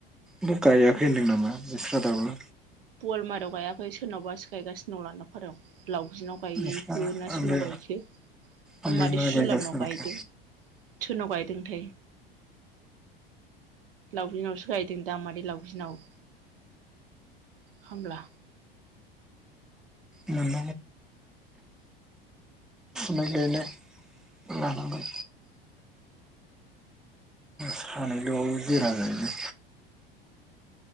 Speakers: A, in the centre; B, on the right (about 70°).
A: बो गायाखै होनदों नामा बिस्रा दाबो?
B: पवालमारियाव गायाखै सोरनावबा सिखायगासिनो दं लानदां फारायाव। लावगिनाव गायैखो
A: बिस्रा
B: ना
A: ओमफ्राय
B: सोरनाव गायखो
A: ओमफ्राय
B: मादै सुजिलामनाव
A: गायगासिनो आरोखि
B: गायदों सोरनाव गायदों -थाय लावगिनावसो गायदों दां मादै लावगिनाव। खामला
A: मोन मोनलल <unintelligible> लानांगोन। सानैल' जिरा जायोबाय।